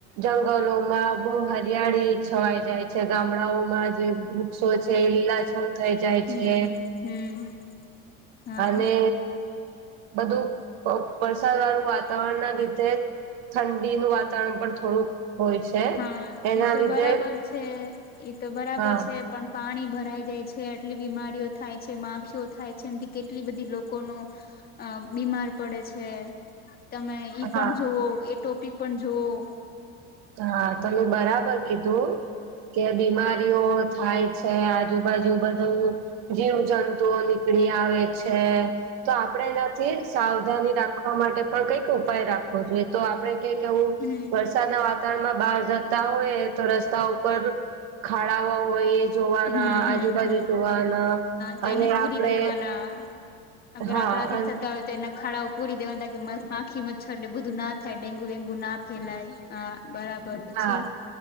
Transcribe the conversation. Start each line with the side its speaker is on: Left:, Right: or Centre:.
Right: જંગલોમાં બહ હરિયાળી છવાઈ જાય છે ગામડાઓમાં જે વૃક્ષો છે લીલાજલ થઈ જાય
Left: હમ
Right: છે.
Left: હમ. હા
Right: અને બધું વરસાદ વાળું વાતાવરણ ના લીધે ઠંડીનું વાતાવરણ પણ થોડુંક હોય છે
Left: હા
Right: એના
Left: ઈ તો
Right: લીધે
Left: બરાબર છે ઈ તો બરાબર
Right: હા
Left: છે પણ પાણી ભરાઈ જાય છે આટલી બીમારીઓ થાય છે માખીઓ થાય છે એથી કેટલી બધી લોકોનું અ બીમાર પડે છે. તમે ઈ
Right: હા
Left: પણ જોુવઓ એ ટોપિક પણ જુવ
Right: હા તમે બરાબર કીધું કે બીમારીઓ થાય છે આજુ બાજુ બધું જીવ જંતુઓ નીકળી આવે છે. તો આપણેે એનાથી સાવધાની રાખવા માટે પણ કઈક ઉપાય રાખવો જોઈએ તો. આપણે ક એવુ
Left: હમ
Right: વરસાદના વાતાવરણમાં બહાર જતા હોય તો રસ્તા ઉપર ખાડાઓ હોય એ જોવાના
Left: હમ
Right: આજુબાજુ
Left: હમ હમ
Right: જોવાના
Left: તો
Right: અને
Left: એને પૂરી
Right: આપડે
Left: દેવાના હા અગર
Right: હા
Left: આપણા થી
Right: અન
Left: થતા હોય. તો એના ખાડાઓ પૂરી દેવાના તાકી માખી મચ્છર તે બુધું ના થાય ડેન્ગુ વેન્ગુ ના ફેલાય. હા બરાબર. પછી
Right: હા